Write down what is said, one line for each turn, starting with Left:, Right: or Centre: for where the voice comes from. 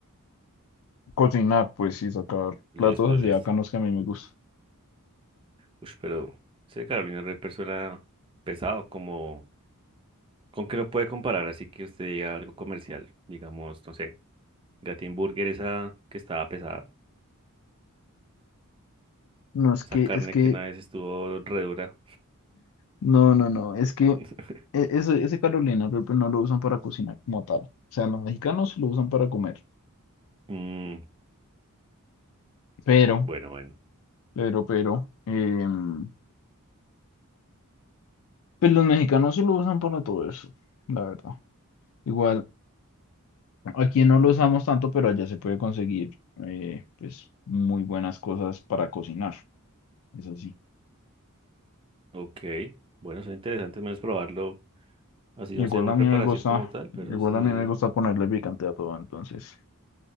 Left: cocinar, pues, y sacar
Right: listo,
Left: platos
Right: listo.
Left: así bacanos que a mí me gustan.
Right: Uy, pero ese Carolina Reaper suena pesado, como ¿con qué lo puede comparar? Así que usted diga algo comercial, digamos, no sé, Gatin Burger esa que estaba pesada,
Left: No, es
Right: esa
Left: que,
Right: carne
Left: es que,
Right: que una vez estuvo re dura.
Left: no, no, no, es que e-
Right: <laughs>
Left: ese, ese Carolina Reaper no lo usan para cocinar como tal. O sea, los mexicanos sí lo usan para comer.
Right: Mm,
Left: Pero,
Right: bueno, bueno,
Left: pero, pero, em, pues los mexicanos sí lo usan para todo eso, la verdad. Igual, aquí no lo usamos tanto, pero allá se puede conseguir, eh, pues, muy buenas cosas para cocinar. Eso sí.
Right: ok, bueno, es interesante menos probarlo, así
Left: Igual
Right: no sea una
Left: a mí
Right: preparación
Left: me gusta,
Right: como tal, pero
Left: igual
Right: sí,
Left: a mí me gusta ponerle picante a todo. Entonces,